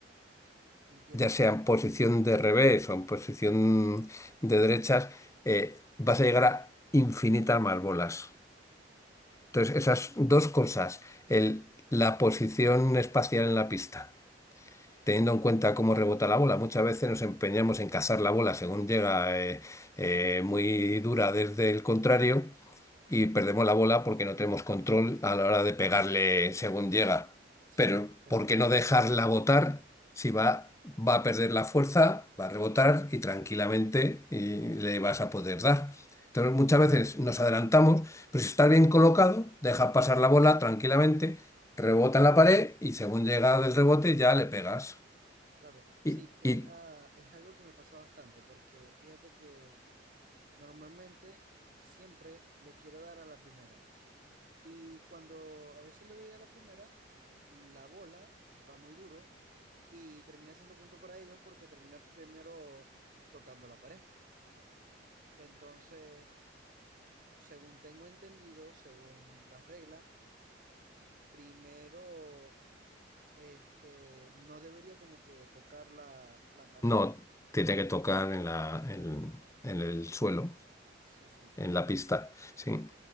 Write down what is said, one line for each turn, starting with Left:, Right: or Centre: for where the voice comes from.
Right: entiendo.
Left: ya sea en posición de revés o en posición de derechas, eh, vas a llegar a infinitas más bolas. Entonces, esas dos cosas, el- la posición espacial en la pista, teniendo en cuenta cómo rebota la bola, muchas veces nos empeñamos en cazar la bola según llega eh, eh, muy dura desde el contrario y perdemos la bola porque no tenemos control a la hora de pegarle según llega.
Right: Sí,
Left: Pero
Right: exactamente.
Left: ¿por qué no dejarla botar si va, va a perder la fuerza, va a rebotar y tranquilamente y le vas a poder dar? Entonces muchas veces nos adelantamos, pero si está bien colocado, deja pasar la bola tranquilamente, rebota en la pared y según llega del rebote ya le pegas.
Right: Claro, sí,
Left: Y,
Right: era,
Left: y
Right: es algo que me pasa bastante, porque fíjate que normalmente siempre le quiero dar a la primera. Y cuando a veces le doy a la primera, la bola va muy duro y termina siendo punto para ellos porque termina primero tocando la pared. Entonces, según tengo entendido, según las reglas, primero este, no debería como que tocar la, la pared.
Left: no, tiene que tocar en la, en en el suelo,
Right: Sí, sí.
Left: en
Right: Entonces,
Left: la pista. Sí.